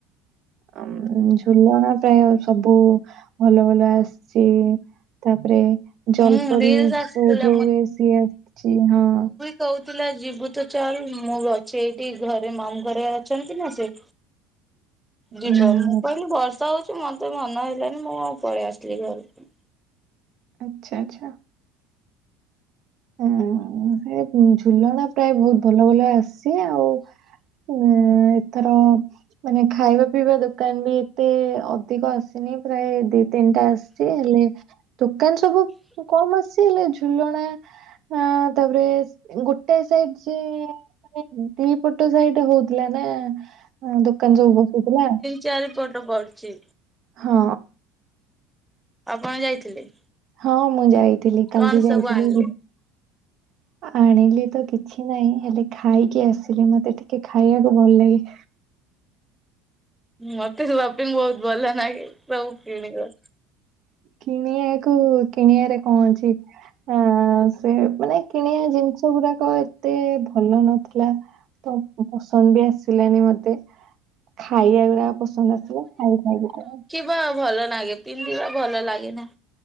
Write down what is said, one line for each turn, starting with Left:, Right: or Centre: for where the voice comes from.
Right: ଆମ୍ ଝୁଲଣା ପ୍ରାୟ ସବୁ ଭଲ ଭଲ ଆସଚି ତାପରେ ଜଲପରି
Centre: ହୁଁ ରିଲସ ଆସିଥିଲା
Right: ସୋ ଯୋଉ ହୁଏ ସିଏ ଆସଚି ହଁ।
Centre: କଉଥିଲା ଜିବୁତ ଚାଲ୍ ମୁଁ ଅଛି ଏଇଠି ଘରେ ମାମୁଁ ଘରେ ଅଛନ୍ତି ନା ସେ ଯିବ
Right: ଉଁ,
Centre: ମୁଁ କଇଲି ବର୍ଷା ହଉଚି ମତେ ମନ ହେଲାନି ମୁଁ ଆଉ ପଳେଇ ଆସିଲି ଘରକୁ
Right: ଆଚ୍ଛା ଆଚ୍ଛା। ଆଁ ସେ ଝୁଲଣା ପ୍ରାୟ ବହୁତ୍ ଭଲ ଭଲ ଆସଚି ଆଉ ଉମ୍ ଏଥର ମାନେ ଖାଇବା ପିଇବା ଦୋକାନ ବି ଏତେ ଅଧିକ ଆସିନି ପ୍ରାୟେ ଦି ତିନଟା ଆସଚି ହେଲେ ଦୋକାନ ସବୁ କମ ଆସଚି ହେଲେ ଝୁଲଣା ଅଁ ତାପରେ ଗୋଟେ ସାଇଡ୍ ସିଏ ଦି ପଟ ସାଇଡ ହଉଥିଲା ନା ଦୋକାନ ସବୁ ବସୁଥିଲା।
Centre: ଚାରିପଟ ପଡଚି।
Right: ହଁ।
Centre: ଆପଣ ଯାଇଥିଲେ?
Right: ହଁ ମୁଁ ଯାଇଥିଲି କାଲି
Centre: କଣ
Right: ଯାଇଥିଲି।
Centre: ସବୁ ଆଣିଲେ?
Right: ଆଣିଲି ତ କିଛି ନାହିଁ ହେଲେ ଖାଇକି ଆସିଲି ମତେ ଟିକେ ଖାଇବାକୁ ଭଲ ଲାଗେ।
Centre: ମତେ ସପିଙ୍ଗ୍ ବହୁତ୍ ଭଲ ନାଗେ ସବୁ କିଣିବା।
Right: କିଣିବାକୁ କିଣିଆରେ କଣ ଅଛି? ଚି ଆ ସେ ମାନେ କିଣିବା ଜିନିଷ ଗୁରାକ ଏତେ ଭଲ ନଥ୍ ଲା ତ ପସନ୍ଦ ବି ଆସିଲାନି ମତେ। ଖାଇବା ଗୁରା ପସନ୍ଦ ଆସିଲା ଖାଇ ଖାଇକି
Centre: ବା ଭଲ ଲାଗେ ପିନ୍ଧିବା ଭଲ ଲାଗେ ନା।